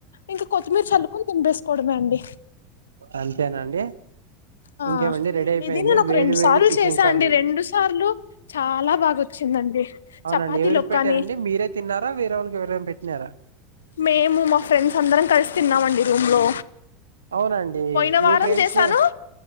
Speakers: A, on the left; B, on the right.
A: ఇంకా కొత్తిమీర చల్లుకుని తిపేకోడమే అండి
B: అంతేనండి
A: ఆ
B: ఇంకేమండి రెడీ అయిపోయింది
A: ఇది నేను ఒక
B: వేడి
A: రెండు
B: వేడి
A: సార్లు
B: చికెన్
A: చేసా
B: కర్రీ
A: అండి రెండు సార్లు చాలా బాగా వచ్చిందండి
B: అవునండి
A: చపాతీలో
B: ఎవరికి పెట్టారండి
A: కానీ
B: మీరే తిన్నారా వేరేవరికి ఎవరనా పెట్టినారా
A: మేము మా ఫ్రెండ్స్ అందరం కలిసి తిన్నామండి రూమ్ లో
B: అవునండి
A: పోయిన
B: మీ
A: వారం
B: ఫ్రెండ్స్
A: చేశాను